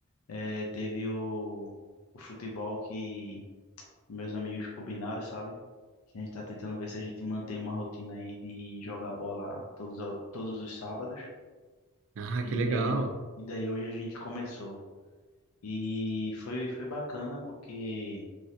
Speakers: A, on the left; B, on the right.
A: eh, teve o, o futebol que meus amigos combinaram, sabe? Que a gente tá tentando ver se a gente mantém uma rotina aí de jogar bola todos, ao- todos os sábados.
B: Ah,
A: E
B: que legal.
A: daí, e daí hoje a gente começou. E foi, foi bacana porque